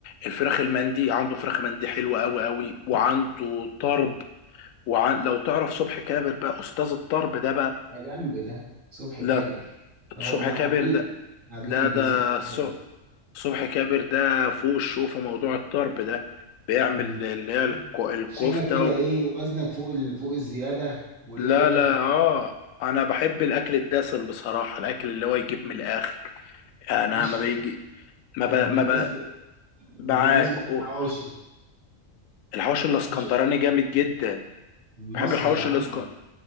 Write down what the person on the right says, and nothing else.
ده جنب ده صبحي
كابر اه
والله
حبيبي
حبيبي
صبحي كابر
مم.
شكلك كده ايه وزنك فوق ال... فوق الزياده وايه
رأيك
بايه
طب ماشي
طب
طب
وبالنسبه
وبالنسبه للحواوشي
حواوشي
المصري
يا عم